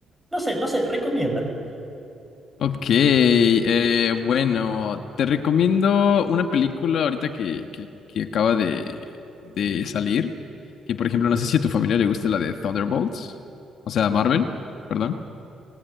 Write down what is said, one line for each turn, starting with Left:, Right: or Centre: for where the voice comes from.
Centre: no sé, no sé, recomiéndame.
Left: Ok, eh, bueno, te recomiendo una película ahorita que, que, que acaba de, de salir, que por ejemplo, no sé si a tu familia le gusta la de Thunderbolts, o sea, Marvel, perdón.